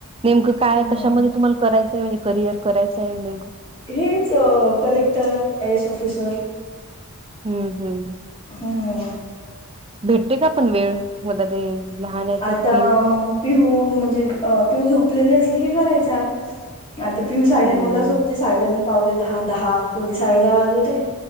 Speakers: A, on the right; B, on the left.
A: नेमकं काय
B: हम्म
A: कशामध्ये तुम्हाला करायचंय म्हणजे करियर करायचंय नेमकं
B: हेच कलेक्टर आय एस ऑफिसर
A: हम्म हम्.
B: हम्म
A: भेटते का आपण वेळ होत ते लहान आहे
B: आता
A: तर पिऊऊ
B: मग पिहू म्हणजे पिऊू झोपलेली असली की करायचा, आता पिहू साडे
A: हम्म
B: नऊ ला झोप. ते साडे दऊग पावले दहा दहा कधी साडे दहा वाज होते.